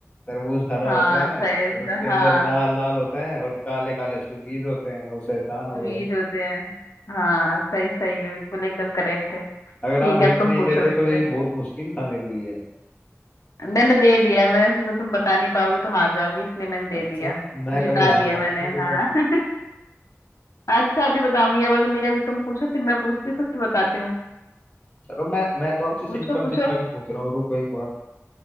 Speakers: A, on the left; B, on the left.
A: तरबूज हरा
B: हाँ
A: होता है
B: सही
A: और उसके अंदर
B: हाँ
A: लाल लाल होता है और काले काले उसके बीज होते हैं और शैतान हो
B: वीड
A: गए
B: होते हैं हाँ सही सही है बिल्कुल एकदम करेक्ट है ठीक
A: अगर आप हिंट
B: है अब तुम
A: नहीं
B: पूछो
A: देते
B: मेरे
A: तो ये
B: से
A: बहुत मुश्किल था मेरे लिए
B: मैंने तो दे दिया मैंने सोचा तुम बता नहीं पाओगे तो हार जाओगी इसलिए मैंने दे
A: अच्छा
B: दिया
A: है मैं
B: जिता
A: कभी हार
B: दिया
A: मान
B: मैंने
A: नहीं देता
B: हाँ
A: उसमें।
B: <laughs> अच्छा अभी बताऊंगी अब अगली अभी तुम पूछो फिर मैं पूछती हूँ फिर बताती हूँ
A: चलो मैं मैं तो आपसे सिंपल
B: पूछो पूछो
A: सिंपल ही पूछ रहा हूँ रुको एक बार